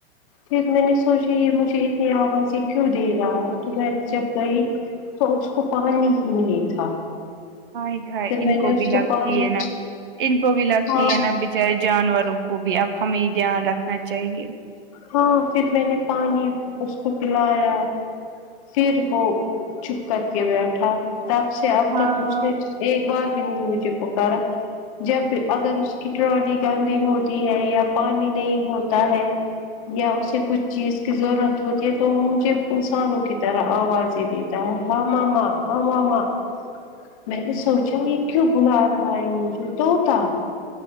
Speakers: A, on the left (about 35°); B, on the right (about 60°).
A: پھر میں نے سوچا یہ مجھے اتنی آوازیں کیوں دے رہا ہے کہ میں جب گئی تو اس کو پانی نہیں تھا
B: ہاۓ ہائے
A: پھر
B: ان
A: میں
B: کو
A: نے اس
B: بھی لگتی
A: پانی
B: ہے نا ان کو بھی لگتی
A: ہاں
B: ہے نا بچارے جانوروں کو بھی اب ہمیں دھیان رکھنا چاہیے
A: ہاں پھر میں نے پانی اس کو پلایا پھر وہ چپ کر کے بیٹھا تب سے اب
B: ہاں
A: تک اس نے ایک بار بی مجھے پکارا جب اگر اس کی ٹرالی گندی ہوتی ہے یا پانی نہیں ہوتا ہے یا اسے کچھ چیز کی ضرورت ہوتی ہے تو مجھے انسانوں کی طرح آوازیں دی تا ہاں ماما ہاں ماما میں نے سچنگ ایک ک بلا رہا ہے مے توتا